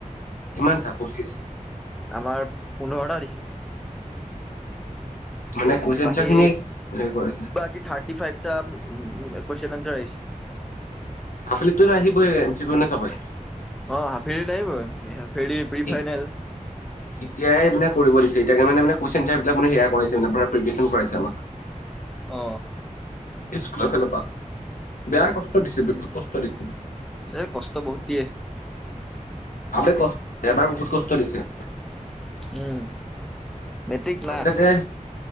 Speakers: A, on the left; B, in the centre.
A: কিমানটা পঁচিছ
B: আমাৰ পোন্ধৰটা দিছে।
A: মানে কুৱেশন
B: বাকি,
A: এনচাৰ খিনি হেৰি কৰিছে
B: বাকি থাৰ্টি ফাইভ টা উম' কুৱেশ্যন আনছাৰ আহিছে।
A: আফীলিত তো ন আহিবই এম, চি, পি নে চবই। <unintelligible>
B: অঁ হাফিলিত আহিবই হাফিলিত প্ৰি
A: ঠিক
B: ফাইনল
A: তেতিয়াই মানে কৰিব দিছে মানে কুইৱেছন আনচাৰি বিলাক পুৰা পিপেৰেছন কৰাই ছে আমাক
B: অ
A: স্কুলৰ ফালৰ পৰা, বেয়া কষ্ট দিছে দিছে
B: এ কষ্ট বহুত দিয়ে।
A: আ কষ্ট এবাৰ বহুত কষ্ট দিছে।
B: উম মেট্ৰিক
A: আজি
B: না
A: তাতে